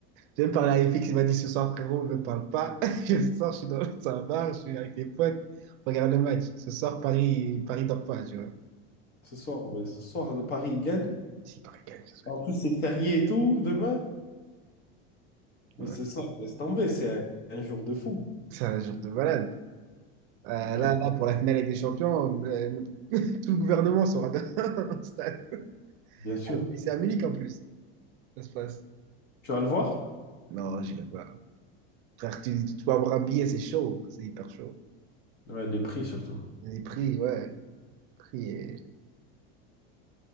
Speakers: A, on the right; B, on the left.
A: Je viens de parler à FX, il m'a dit ce soir, frérot, ne me parle pas. <laughs> Je sors, je suis dans un bar, <laughs> je suis avec des potes, on regarde le match. Ce soir, Paris, Paris dort pas, tu vois.
B: ce soir, ouais, ce soir, le Paris il gagne.
A: Si Paris gagne, ça serait.
B: En plus, c'est férié et tout, demain. Mais
A: ouais.
B: ce soir, laisse tomber, c'est un, un jour de fou.
A: C'est un jour de malade. Euh,
B: Ouais,
A: là, là, pour la finale avec des champions, euh, <laughs> tout le gouvernement sera dans <laughs> le stade.
B: bien sûr.
A: À Munich- C'est à Munich en plus, ça se passe.
B: Tu vas le voir?
A: Non, j'irai pas. Frère, tu, tu peux avoir un billet, c'est chaud, c'est hyper chaud.
B: Ouais, les prix surtout.
A: Les prix, ouais, les prix et...